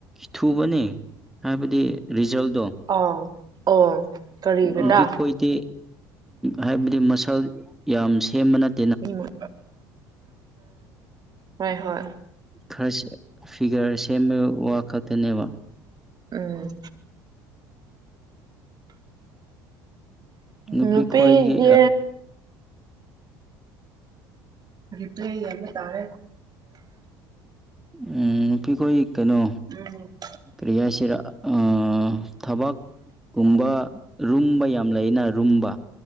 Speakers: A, in the centre; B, on the right (about 40°).
A: ꯊꯨꯕꯅꯦ ꯍꯥꯏꯕꯗꯤ ꯔꯤꯖꯜꯗꯣ
B: ꯑꯣ ꯑꯣ ꯀꯔꯤꯒꯤꯔꯥ
A: ꯅꯨꯄꯤꯈꯣꯏꯗꯤ ꯍꯥꯏꯕꯗꯤ ꯃꯁꯜ ꯌꯥꯝ ꯁꯦꯝꯕ ꯅꯠ
B: ꯎꯝ ꯍꯣꯏ ꯍꯣꯏ
A: ꯈꯔ ꯐꯤꯒꯔ ꯁꯦꯝꯃꯦ ꯋꯥ ꯈꯛꯇꯅꯦꯕ
B: ꯎꯝ
A: ꯅꯨꯄꯤ
B: ꯅꯨꯨꯄꯤꯗꯤ
A: ꯈ꯭ꯋꯥꯏꯗꯒꯤ
B: ꯔꯤꯄ꯭ꯂꯥꯏ ꯌꯦꯡꯕꯥ ꯇꯥꯔꯦ
A: ꯎꯝ ꯅꯨꯄꯤꯈꯣꯏꯗꯤ ꯀꯩꯅꯣ
B: ꯎꯝ
A: ꯀ꯭ꯔꯤꯍꯥꯏꯁꯤꯔꯥ ꯑꯥ ꯊꯕꯛ ꯒꯨꯝꯕ ꯔꯨꯝꯕ ꯌꯥꯝ ꯂꯩꯅ ꯔꯨꯝꯕ